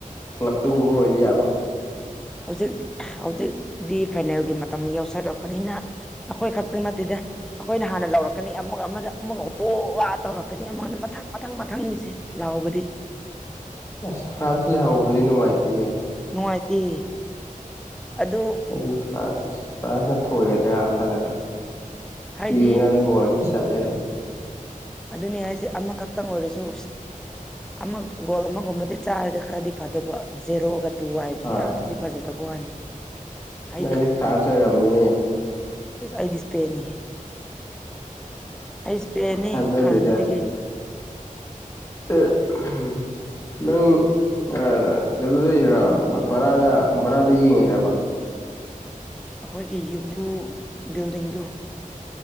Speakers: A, on the left; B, in the centre.
A: ꯀ꯭ꯂꯞꯇꯒꯨꯝꯕ ꯑꯣꯏꯗꯤ ꯌꯥꯕ
B: ꯍꯧꯖꯤꯛ ꯍꯧꯖꯤꯛꯇꯤ ꯐꯥꯏꯅꯦꯜꯒꯤ ꯃꯇꯝ ꯌꯧꯁꯜꯂꯛꯄꯅꯤꯅ ꯑꯩꯈꯣꯏ ꯈꯛꯇ ꯅꯠꯇꯦꯗ ꯑꯩꯈꯣꯏꯅ ꯍꯥꯟꯅ ꯂꯧꯔꯛꯀꯅꯤ ꯑꯃꯒ ꯑꯃꯗ ꯑꯃꯒ ꯋꯣ ꯋꯥ ꯇꯧꯔꯛꯀꯅꯤ ꯑꯃꯅ ꯃꯊꯪ ꯃꯊꯪ ꯃꯊꯪ ꯅꯤꯁꯦ ꯂꯥꯎꯕꯗꯤ
A: ꯑꯁ ꯐ꯭ꯔꯥꯟꯁ ꯂꯩꯍꯧꯕꯗꯨꯗꯤ ꯅꯨꯡꯉꯥꯏꯇꯦ
B: ꯅꯨꯡꯉꯥꯏꯇꯦ ꯑꯗꯨ
A: ꯑꯩꯗꯤ ꯐ꯭ꯔꯥꯟꯁ ꯐ꯭ꯔꯥꯟꯁꯅ ꯊꯣꯏꯒꯗ꯭ꯔꯥ ꯈꯜꯂꯒ
B: ꯍꯥꯏꯗꯤ
A: ꯌꯦꯡꯉꯀꯥꯟꯗ ꯒꯣꯜ ꯑꯅꯤ <unintelligible>
B: ꯑꯗꯨꯅꯦ ꯍꯥꯏꯖꯦ ꯑꯃꯈꯛꯇꯪ ꯑꯣꯏꯔꯁꯨ ꯑꯃ ꯒꯣꯜ ꯑꯃꯒꯨꯝꯕꯗꯤ ꯆꯥꯔꯗꯤ ꯈꯔꯗꯤ ꯐꯗꯧꯕ ꯖꯦꯔꯣꯒ ꯇꯨ ꯍꯥꯏꯕꯁꯦ
A: ꯍꯣꯏ
B: ꯌꯥꯝ ꯐꯗꯤ ꯐꯖꯗꯕ ꯋꯥꯅꯤ ꯍꯥꯏꯗꯤ
A: ꯃꯅꯤ ꯐ꯭ꯔꯥꯟꯁ ꯑꯣꯏꯔꯝꯅꯤꯅꯦ
B: ꯏꯁ ꯑꯩꯗꯤ ꯁꯏꯄꯦꯟꯅꯤꯍꯦ ꯏꯁꯄꯦꯟꯅꯤ
A: ꯊꯥꯖꯗꯦꯗ
B: ꯍꯥꯟꯅꯗꯒꯤ
A: <unintelligible> ꯑꯗꯨꯗꯔ ꯕꯔꯥꯗ ꯕꯔꯥꯗ ꯌꯦꯡꯉꯤꯔꯕ
B: ꯑꯩꯈꯣꯏꯒꯤ ꯌꯨꯝꯕꯨ ꯕꯤꯜꯗꯤꯡꯗꯨ